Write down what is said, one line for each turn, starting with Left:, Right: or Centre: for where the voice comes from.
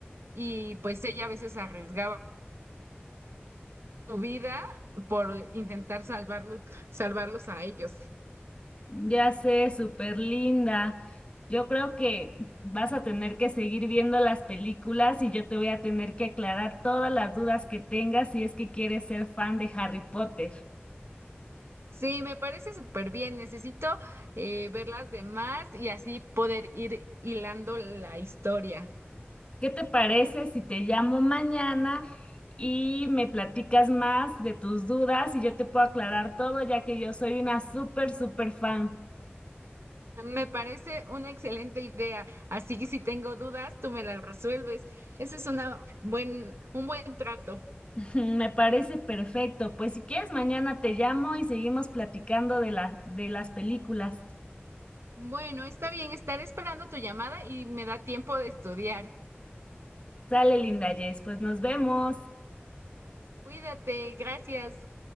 Right: y pues ella a veces arriesgaba su vida por intentar salvarlos, salvarlos a ellos.
Left: Ya sé, súper linda. Yo creo que vas a tener que seguir viendo las películas y yo te voy a tener que aclarar todas las dudas que tengas si es que quieres ser fan de Harry Potter.
Right: Sí, me parece súper bien. Necesito eh, ver las demás y así poder ir hilando la historia.
Left: ¿Qué te parece si te llamo mañana y me platicas más de tus dudas y yo te puedo aclarar todo, ya que yo soy una súper, súper fan?
Right: Me parece una excelente idea. Así que si tengo dudas, tú me las resuelves. Ese es una buen, un buen trato.
Left: <laughs> Me parece perfecto. Pues si quieres, mañana te llamo y seguimos platicando de la, de las películas.
Right: Bueno, está bien. Estaré esperando tu llamada y me da tiempo de estudiar.
Left: Sale, linda Jess. Pues nos vemos.
Right: Cuídate. Gracias.